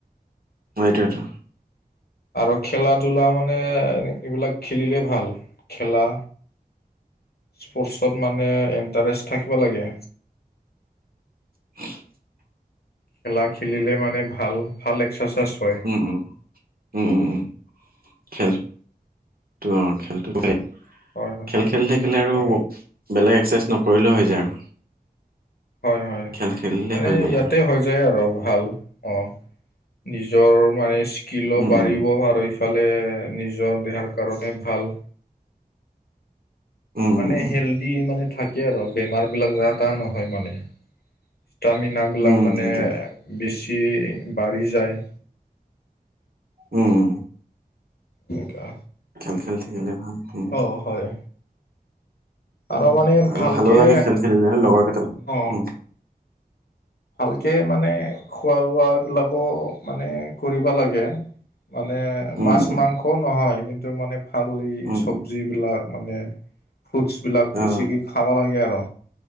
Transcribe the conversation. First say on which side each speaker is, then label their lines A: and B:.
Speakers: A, on the right; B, on the left.
A: হেইটোয়েটো।
B: আৰু খেলা ধূলা মানে, এইবিলাক খেলিলে ভাল খেলা। স্পৰ্টছত মানে এণ্টাৰেষ্ট থাকিব লাগে।
A: <inaudible>
B: খেলা খেলিলে মানে ভাল, ভাল এক্সেচাইজ হয়।
A: উম, উম, উম, উম, উম, খেলটো অ', খেলটো <inaudible>
B: হয় হয়
A: খেল খেলি থাকিলে আৰু
B: অ
A: বেলেগ এক্সাচাইজ নকৰিলেও হৈ যায় আৰু।
B: হয়, হয়,
A: খেল খেলিলে
B: মানে
A: হৈ গ'ল
B: ইয়াতে
A: আৰু
B: হৈ যায় আৰু ভাল অ'। নিজৰ মানে স্কিলো
A: উম উম
B: বাঢ়িব
A: উম
B: আৰু সিফালে নিজৰ দেহাৰ কাৰণে ভাল।
A: উম
B: মানে
A: উম
B: হেল্ডি মানে থাকে আৰু, বেমাৰ বিলাক যা তা নহয় মানে। সেইটো আমি না বিলাক
A: উম
B: মানে
A: উম এইটোৱেতো
B: বেছি বাঢ়ি যায়।
A: উম।
B: এনেকা
A: খেল খেলি থাকিলে ভাল। উম
B: অঁ হয়।
A: উম
B: আৰু মানে
A: আৰু
B: ভালকে
A: ভালো লাগে খেল খেলিলে লগৰ কেইটামান
B: অ'।
A: উম
B: ভালকে মানে খোৱা লোৱা বিলাকো মানে কৰিব লাগে। মানে
A: উম
B: মাছ মাংসও নহয়, কিন্তু মানে ভাল এই
A: উম
B: চব্জি
A: উম
B: বিলাক মানে ফ্ৰুটছবিলাক
A: অ
B: বেছিকে খাব লাগে আৰু।